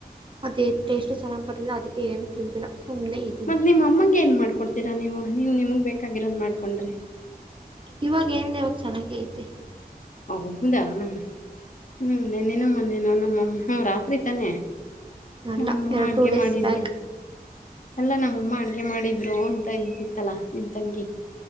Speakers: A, on the right; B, on the left.
A: ಅದೇ ಟೇಸ್ಟ್ ಚೆನ್ನಾಗಿ ಬರಲಿಲ್ಲ ಅದಕ್ಕೆ ಏನು ತಿದಿಲ್ಲ ಸುಮ್ಮನೆ ಇದ್ದೀನಿ.
B: ಮತ್ ನಿಮ್ ಅಮ್ಮಂಗೆ ಏನ್ ಮಾಡ್ಕೊಡ್ತೀರಾ ನೀವು ನೀವ್ ನಿಮಗ್ ಬೇಕಾಗಿರೋದು ಮಾಡ್ಕೊಂಡ್ರೆ.
A: ಇವಾಗ ಏನಿಲ್ಲ ಇವಾಗ ಚೆನ್ನಾಗೆ ಐತೆ.
B: ಹೌದಾ ಹ್ಮ್ ನೆನ್ನೆನೊ ಮೊನ್ನೆನೊ ನಮ್ಮಮ್ಮ ರಾತ್ರಿ ತಾನೆ.
A: ಅಲ್ಲ
B: ನಮ್ಮಮ್ಮ
A: ಎರಡು
B: ಅಡ್ಗೆ
A: ಟೂ ಡೇಸ್
B: ಮಾಡಿದ್ರು.
A: ಬ್ಯಾಕ್
B: ಅಲ್ಲಾ ನಮ್ಮಮ್ಮ ಅಡ್ಗೆ ಮಾಡಿದ್ರು ಅಂತ ಅಂತಿತಲ್ಲ ನಿಮ್ಮ ತಂಗಿ.